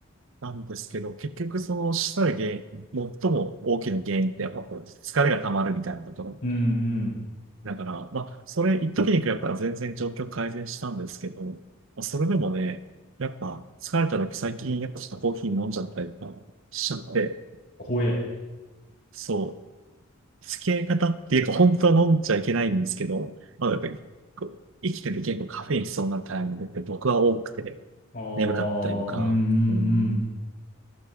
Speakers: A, on the right (about 65°); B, on the left (about 45°).
A: なんですけど、結局そのしたら原因、最も大きな原因ってやっぱこう疲れが溜まるみたいなことが
B: うんうん。
A: だから、まあ、それ一時に比べたら全然状況改善したんですけど、まあ、それでもね、やっぱ疲れた時最近やっぱちょっとコーヒー飲んじゃったりとかしちゃって、
B: 怖え。
A: そう、付き合い方っていうか本当は飲んじゃいけないんですけど、まあ、やっぱりこう生きてて結構カフェイン必要なタイミングって僕は多くて
B: ああ、
A: 眠かったりとか、
B: うんうんう
A: うん、
B: ん。